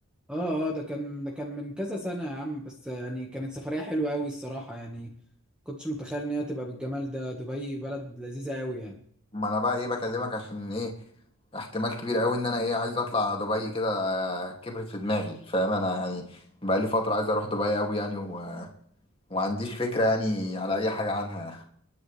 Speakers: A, in the centre; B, on the left.
A: اه اه ده كان ده كان من كذا سنة يا عم بس آه، يعني كانت سفرية حلوة قوي الصراحة يعني كنتش متخيل ان هي تبقى بالجمال ده دبي بلد لذيذة قوي يعني
B: ما انا بقى ايه بكلمك عشان ايه احتمال كبير قوي ان انا ايه عايز اطلع دبي كده كبرت في دماغي فاهم انا يعني بقالي فترة عايز اروح دبي قوي يعني و... ومعنديش فكرة يعني على اي حاجة عنها